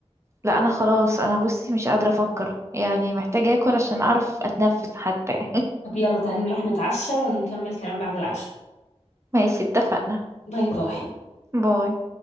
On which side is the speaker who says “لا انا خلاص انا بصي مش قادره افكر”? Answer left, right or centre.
Right